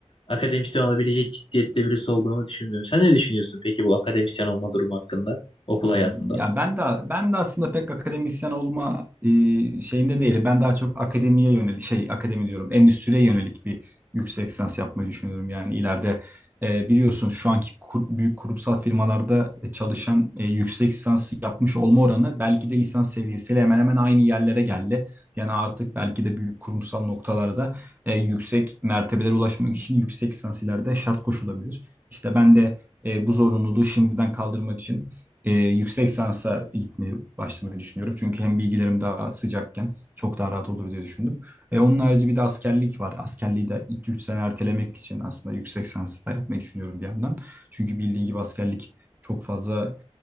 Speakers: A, on the left; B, on the right.
A: akademisyen olabilecek ciddiyette birisi olduğumu düşünmüyorum. Sen ne düşünüyorsun peki bu akademisyen olma durumu hakkında okul
B: Anladım.
A: hayatında?
B: Ya ben de ben de aslında pek akademisyen olma e, şeyinde değilim. Ben daha çok akademiye yönelik şey akademi diyorum. Endüstriye yönelik bir yüksek lisans yapmayı düşünüyorum. Yani ileride e, biliyorsun şu anki kur- büyük kurumsal firmalarda çalışan e, yüksek lisans yapmış olma oranı belki de lisans seviyesiyle hemen hemen aynı yerlere geldi. Yani artık belki de büyük kurumsal noktalarda e, yüksek mertebelere ulaşmak için yüksek lisans ileride şart koşulabilir. İşte ben de e, bu zorunluluğu şimdiden kaldırmak için e, yüksek sansa gitmeyi başlamayı düşünüyorum. Çünkü hem bilgilerim daha sıcakken çok daha rahat olur diye düşündüm. E, onun harici bir de askerlik var. Askerliği de 2-3 sene ertelemek için aslında yüksek sansa da yapmayı düşünüyorum bir yandan. Çünkü bildiğin gibi askerlik çok fazla